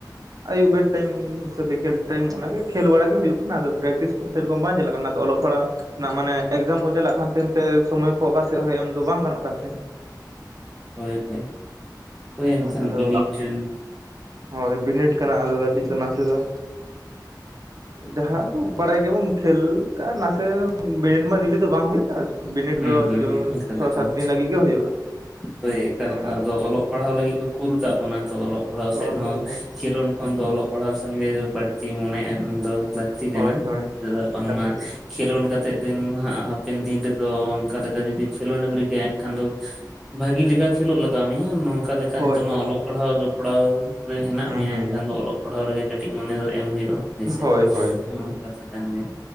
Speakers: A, on the right; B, in the centre.
A: ᱟᱹᱭᱩᱵ ᱵᱮᱨ ᱴᱟᱭᱤᱢ ᱥᱮ ᱵᱤᱠᱮᱞ ᱴᱟᱭᱤᱢ ᱚᱱᱟ ᱜᱮ ᱠᱷᱮᱞ ᱵᱟᱲᱟ ᱜᱮ ᱦᱩᱭᱩᱜ ᱠᱟᱱᱟ ᱟᱫᱚ ᱯᱮᱠᱴᱤᱥ ᱟᱫᱚ ᱥᱮᱤ ᱨᱚᱠᱚᱢ ᱵᱟᱭ ᱧᱮᱞᱚᱜ ᱠᱟᱱᱟ ᱟᱫᱚ ᱚᱞᱚᱜ ᱯᱟᱲᱦᱟ ᱱᱟᱜ ᱢᱟᱱᱮ ᱮᱠᱥᱡᱟᱢ ᱠᱚ ᱪᱟᱞᱟᱜ ᱠᱟᱱ ᱛᱟᱦᱮᱫ ᱛᱮ ᱥᱚᱢᱚᱭ ᱠᱚ ᱚᱠᱟ ᱥᱮᱫ ᱦᱚᱸ ᱮᱢ ᱫᱚ ᱵᱟᱝ ᱜᱟᱱᱚᱜ ᱠᱟᱱ ᱛᱟᱦᱮᱸᱫ᱾
B: ᱦᱳᱭ ᱦᱳᱭ ᱮᱱᱠᱷᱟᱱ
A: ᱦᱳ ᱟᱫᱚ
B: ᱵᱤᱱᱤᱰ ᱨᱮᱱ
A: ᱦᱳᱭ ᱵᱤᱱᱤᱰ ᱠᱟᱱᱟ ᱟᱫᱚ ᱠᱟᱹᱴᱤᱡ ᱫᱚ ᱱᱟᱥᱮ ᱫᱚ ᱡᱟᱦᱟᱸ ᱫᱚ ᱵᱟᱲᱟᱭ ᱜᱮᱵᱚᱱ ᱠᱷᱮᱞ ᱠᱟᱱ ᱱᱟᱥᱮ ᱫᱤᱞᱤ ᱫᱚ ᱵᱟᱝ ᱦᱩᱭᱩᱜ ᱵᱤᱱᱤᱰ
B: ᱦᱩᱸ
A: ᱫᱚ
B: ᱦᱩᱸ
A: ᱡᱳᱨ
B: ᱮᱠᱟᱞ
A: ᱪᱷᱚᱭ
B: ᱮᱠᱟᱞ
A: ᱥᱟᱛ ᱫᱤᱱ ᱞᱟᱹᱜᱤᱫ ᱜᱮ ᱦᱩᱭᱩᱜᱼᱟ,
B: ᱦᱳᱭ ᱮᱠᱟᱞ
A: ᱦᱮᱸ ᱟᱫᱚ
B: ᱚᱞᱚᱜ ᱯᱟᱲᱦᱟᱣ ᱞᱟᱹᱜᱤᱫ ᱠᱚ ᱠᱩᱞ ᱠᱟᱜ ᱵᱚᱱᱟ ᱛᱚ ᱚᱞᱚᱜ ᱯᱟᱲᱦᱟᱣ
A: ᱦᱳᱭ
B: ᱥᱮᱫ ᱦᱚᱸ
A: ᱦᱳᱭ ᱦᱳᱭ
B: ᱠᱷᱮᱞᱳᱰ ᱠᱷᱚᱱ ᱫᱚ ᱚᱞᱚᱜ ᱯᱟᱲᱦᱟᱣ ᱥᱮᱱ ᱜᱮ ᱵᱟᱹᱲ ᱪᱮᱫ ᱤᱧ ᱢᱚᱱᱮ ᱮᱜ-ᱟ ᱱᱚᱣᱟ ᱫᱚ ᱞᱟᱹᱠᱛᱤ ᱠᱟᱱᱟ
A: ᱦᱳᱭ ᱦᱳᱭ
B: ᱪᱮᱫᱟᱜ ᱵᱟᱝᱢᱟ
A: ᱞᱟᱹᱠᱛᱤ
B: ᱠᱷᱮᱞᱳᱱ ᱠᱟᱛᱮᱜ ᱫᱤᱱ ᱢᱟ ᱦᱟᱜ ᱦᱟᱯᱮᱱ ᱫᱤᱱ ᱨᱮ ᱫᱚ ᱚᱱᱠᱟ ᱞᱮᱠᱟ ᱡᱩᱫᱤ ᱠᱷᱮᱞᱳᱰ ᱮᱢ ᱨᱤᱠᱟᱹᱭᱟ ᱮᱱᱠᱷᱟᱱ ᱫᱚ ᱵᱷᱟᱹᱜᱤ ᱞᱮᱠᱟ ᱠᱷᱮᱞᱳᱜ ᱞᱟᱜᱟᱣ ᱟᱢᱟ ᱦᱮᱸ ᱱᱚᱝᱠᱟ ᱞᱮᱠᱟ ᱚᱱᱠᱟ
A: ᱦᱳᱭ
B: ᱱᱤᱛᱚᱜ ᱢᱟ
A: ᱦᱳᱭ
B: ᱚᱞᱚᱜ ᱯᱟᱲᱦᱟᱣ ᱡᱚᱯᱲᱟᱣ ᱨᱮ ᱦᱮᱱᱟᱜ
A: ᱦᱩᱸ
B: ‌ᱢᱤᱭᱟ
A: ᱦᱩᱸ
B: ᱮᱱᱠᱷᱟᱱ ᱫᱚ ᱚᱞᱚᱜ ᱯᱟᱲᱦᱟᱣ ᱨᱮᱜᱮ ᱠᱟᱹᱴᱤᱡ ᱢᱚᱱᱮ ᱫᱚ ᱮᱢ ᱦᱩᱭᱩᱜᱼᱟ᱾ ᱦᱟᱹᱭ ᱥᱮᱫ
A: ᱦᱳᱭ ᱦᱳᱭ
B: ᱚᱱᱟ ᱦᱚᱸ ᱠᱟᱛᱷᱟ ᱠᱟᱱ ᱜᱮᱭᱟ᱾